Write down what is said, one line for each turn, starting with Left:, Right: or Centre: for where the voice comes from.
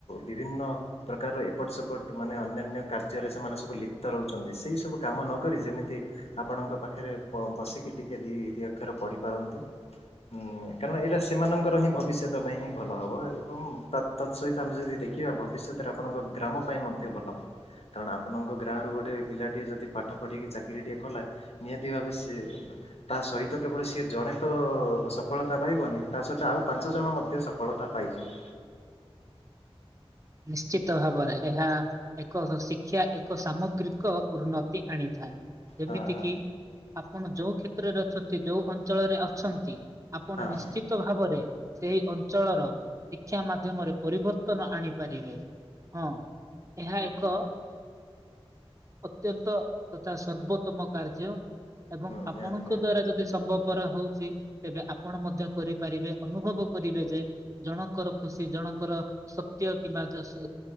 Left: ବିଭିନ୍ନ ପ୍ରକାରର ଏପଟ ସେପଟ ମାନେ ଅନ୍ୟାନ୍ୟ କାର୍ଯ୍ୟରେ ସେମାନେ ସବୁ ଲିପ୍ତ ରହୁଛନ୍ତି, ସେଇ ସବୁ କାମ ନକରି ଯେମିତି ଆପଣଙ୍କ ପାଖରେ ବସିକି ଟିକେ ଦି ଦିଇ ଅକ୍ଷର ପଢି ପାରନ୍ତୁ। ହୁଁ, କାରଣ ଏଇଟା ସେମାନଙ୍କର ହିଁ ଭବିଷ୍ୟତ ପାଇଁ ହିଁ ଭଲ ହବ ଏବଂ ତତ୍ ତତ୍ ସହିତ ଆମେ ଯଦି ଦେଖିବା ଭବିଷ୍ୟତରେ ଆପଣଙ୍କ ଗ୍ରାମ ପାଇଁ ମଧ୍ୟ ଭଲ ହବ। କାରଣ ଆପଣଙ୍କ ଗାଁରୁ ଗୋଟଏ ପିଲାଟିଏ ଯଦି ପାଠ ପଢ଼ିକି ଚାକିରିଟିଏ କଲା ନିହାତି ଭାବେ ସେ ତା ସହିତ କେବଳ ସିଏ ଜଣେ ତ ସଫଳତା ପାଇବନି, ତା ସହିତ ଆଉ ପାଞ୍ଚ ଜଣ ମଧ୍ୟ ସପ ଫଳତା ପାଇଯିବେ।
Right: ନିଶ୍ଚିତ ଭାବରେ ଏହା ଏକ ସ ଶିକ୍ଷା ଏକ ସାମଗ୍ରିକ ଉନ୍ନତି ଆଣିଥାଏ। ଯେମିତି
Left: ହଁ ହଁ
Right: କିି ଆପଣ ଯୋଉ କ୍ଷେତ୍ରରେ ଅଛନ୍ତି ଯୋଉ ଅଞ୍ଚଳରେ ଅଛନ୍ତି ଆପଣ
Left: ହଁ
Right: ନିଶ୍ଚିତ ଭାବରେ ସେହି ଅଞ୍ଚଳର ଶିକ୍ଷା ମାଧ୍ୟମରେ ପରିବର୍ତ୍ତନ ଆଣି ପାରିବେ, ହଁ ଏହା ଏକ ଅତ୍ୟନ୍ତ ତଥା ସର୍ବୋତ୍ତମ କାର୍ଯ୍ୟ। ଏବଂ
Left: ହୁଁ
Right: ଆପଣଙ୍କ
Left: ନିହାତି ନିହାତି
Right: ଦ୍ଵାରା ଯଦି ସମ୍ଭବ ର ହଉଛି, ତେବେ ଆପଣ ମଧ୍ୟ କରିପାରିବେ ଅନୁଭବ କରିବେ ଯେ ଜଣଙ୍କର ଖୁସି, ଜଣଙ୍କର ସତ୍ୟ କିମ୍ବା ଜସ